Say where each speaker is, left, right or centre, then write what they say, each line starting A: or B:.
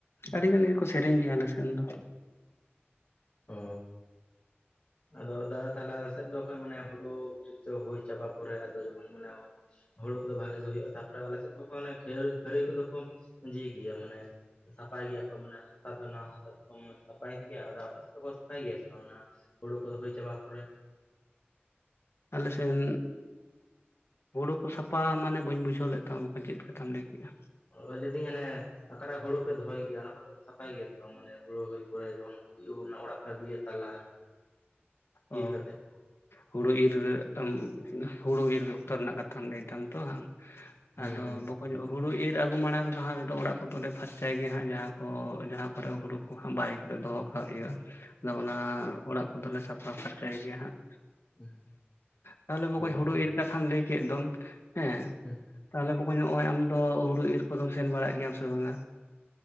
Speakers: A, on the left; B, on the left.
A: ᱟᱹᱰᱤᱜᱟᱱ ᱜᱮᱠᱚ ᱥᱮᱨᱮᱧ ᱜᱮᱭᱟ, ᱟᱞᱮ ᱥᱮᱱ ᱫᱚ᱾
B: ᱚ ᱟᱫᱚ ᱫᱟᱫᱟ ᱛᱟᱦᱚᱞᱮ ᱟᱞᱮ ᱥᱮᱫ ᱫᱚ ᱠᱷᱟᱱ ᱢᱟᱱᱮ ᱦᱩᱲᱩ ᱪᱷᱪᱟᱹ ᱦᱳᱭ ᱪᱟᱵᱟ ᱯᱚᱨᱮ ᱟᱫᱚ ᱡᱚᱠᱷᱚᱱ ᱢᱟᱱᱮ ᱚ ᱦᱳᱲᱩ ᱠᱚᱫᱚ ᱵᱷᱟᱜᱮ ᱜᱮ ᱦᱩᱭᱩᱜᱼᱟ᱾ ᱛᱟᱯᱚᱨᱮ ᱟᱞᱮ ᱥᱮᱫ ᱫᱚ ᱚᱱᱮ ᱠᱷᱟᱹᱨᱟᱹᱭ ᱠᱚᱫᱚ ᱠᱚ ᱡᱤᱣᱤ ᱜᱮᱭᱟ, ᱢᱟᱱᱮ ᱥᱟᱯᱷᱟᱭ ᱜᱮᱭᱟ ᱠᱚ ᱢᱟᱱᱮ ᱦᱟᱥᱟ ᱫᱚ ᱚᱱᱟ ᱦᱟᱥᱟ ᱛᱮᱠᱚ ᱥᱟᱯᱷᱟᱭᱮᱫ ᱜᱮᱭᱟ, ᱟᱫᱚ ᱟᱯᱮ ᱫᱚᱠᱚ ᱥᱟᱯᱷᱟᱭ ᱜᱮᱭᱟ ᱥᱮ ᱵᱟᱝ, ᱚᱱᱮ ᱦᱩᱲᱩ ᱠᱚ ᱦᱩᱭ ᱪᱟᱵᱟ ᱯᱚᱨᱮ?
A: ᱟᱞᱮ ᱥᱮᱱ ᱦᱩᱲᱩ ᱠᱚ ᱥᱟᱯ ᱯᱟ ᱢᱟᱱᱮ ᱵᱟᱹᱧ ᱵᱩᱡᱷᱟᱹᱣ ᱞᱮᱫ ᱛᱟᱢᱟ ᱵᱚᱠᱚᱧ, ᱪᱮᱫ ᱠᱟᱛᱷᱟᱢ ᱞᱟᱹᱭ ᱠᱮᱜᱼᱟ?
B: ᱚ ᱞᱟᱹᱭ ᱫᱟᱹᱧ ᱚᱱᱮ ᱟᱠᱟᱨᱮ ᱦᱳᱳᱩ ᱯᱮ ᱫᱚᱦᱚᱭ ᱜᱮᱭᱟ, ᱚᱱᱟ ᱠᱚᱫᱚ ᱯᱮ ᱥᱟᱯᱷᱟᱭ ᱜᱮᱭᱟ ᱥᱮ ᱵᱟᱝ? ᱢᱟᱱᱮ ᱦᱩᱲᱩ ᱦᱩᱭ ᱯᱚᱨᱮ ᱡᱮᱢᱚᱱ ᱤᱭᱮ ᱚᱱᱮ ᱚᱲᱟᱜ ᱯᱮ ᱟᱹᱜᱩᱭᱟ ᱛᱟᱨ ᱞᱟᱦᱟᱨᱮ ᱤᱨ
A: ᱚ
B: ᱠᱟᱛᱮᱜ
A: ᱦᱩᱲᱩ
B: ᱦᱩᱸ
A: ᱤᱨ ᱟᱢ ᱦᱩᱲᱩ ᱤᱨ ᱚᱠᱛᱚ
B: ᱦᱩᱸ
A: ᱨᱮᱱᱟᱜ ᱠᱟᱛᱷᱟᱢ ᱞᱟᱹᱭ ᱫᱟᱢ ᱛᱚ, ᱟᱢ
B: ᱦᱩᱸ
A: ᱟᱫᱚ
B: ᱦᱩᱸ
A: ᱵᱚᱠ ᱦᱳᱭ ᱦᱩᱲᱩ ᱤᱨ ᱟᱹᱜᱩ ᱢᱟᱲᱟᱝ ᱨᱮᱫᱚ ᱦᱟᱸᱜ ᱚᱲᱟᱜ ᱠᱚᱫᱚᱞᱮ ᱯᱷᱟᱨᱪᱟᱭ ᱜᱮᱭᱟ ᱦᱟᱸᱜ, ᱡᱟᱦᱟᱸ ᱠᱚ ᱡᱟᱦᱟᱸ ᱠᱚᱨᱮ ᱦᱩᱲᱩ ᱵᱟᱭ ᱠᱟᱛᱮ ᱫᱚᱦᱚ ᱠᱟᱜ ᱦᱩᱭᱩᱜᱼᱟ, ᱟᱫᱚ ᱚᱱᱟ ᱚᱲᱟᱜ ᱠᱚᱫᱚᱞᱮ ᱥᱟᱯᱷᱟ ᱯᱷᱟᱨᱪᱟᱭ ᱜᱮᱭᱟ ᱦᱟᱸᱜ,
B: ᱦᱩᱸ
A: ᱛᱟᱦᱞᱮ ᱵᱚᱠᱚᱧ
B: ᱚ
A: ᱦᱩᱲᱩ ᱤᱨ ᱠᱟᱛᱷᱟᱢ ᱞᱟᱹᱭ ᱠᱮᱫ ᱫᱚᱢ ᱦᱮᱸ,
B: ᱦᱩᱸ
A: ᱛᱟᱦᱚᱞᱮ ᱵᱚᱠᱚᱧ ᱱᱚᱭ ᱟᱢ ᱫᱚ ᱦᱩᱲᱩ ᱤᱨ ᱠᱚᱫᱚᱢ ᱥᱮᱱ ᱵᱟᱲᱟ ᱜᱮᱭᱟᱢ ᱥᱮ ᱵᱟᱝᱟ?